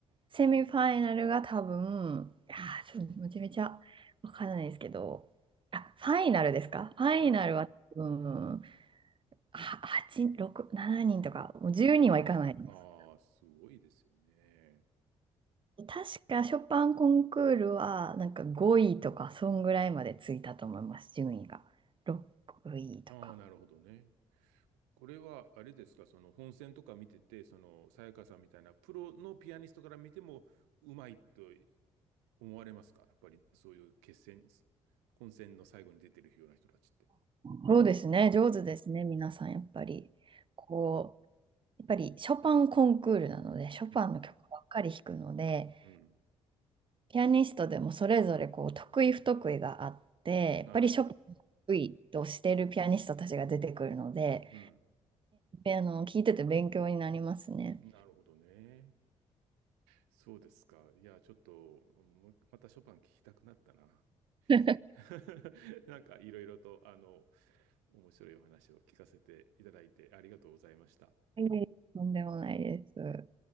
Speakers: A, on the right (about 35°); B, on the right (about 80°).
A: セミファイナルが多分、いやー、ちょっとめちゃめちゃわからないですけど、あ、ファイナルですかファイナルは多分、
B: はい。
A: は8、6、7人とか、もう10人はいかないです。
B: ああ、ああ、すごいですよね。
A: 確かショパンコンクールはなんか5位とか、そんぐらいまでついたと思います、順位が。6位とか。
B: ああ、なるほどね。これは、あれですか、その本戦とか見てて、その、さやかさんみたいなプロのピアニストから見ても、うまいと思われますかやっぱり、そういう決戦、本戦の最後に出てるような人たちって。
A: そうですね、上手ですね、皆さん、やっぱり。こう、やっぱりショパンコンクールなので、ショパンの曲ばっかり弾くので、
B: うん。うん。
A: ピアニストでもそれぞれこう得意不得意があって、
B: はい。
A: やっぱりショパンが得意としているピアニストたちが出てくるので、
B: うん。
A: え、あの、聞いてて勉強になりますね。
B: なるほどね。そうですか。いや、ちょっと、もまたショパン聞きたくなったな。
A: <laughs>
B: <laughs> なんか、いろいろと、あの、面白いお話を聞かせていただいてありがとうございました。
A: うとんでもないです。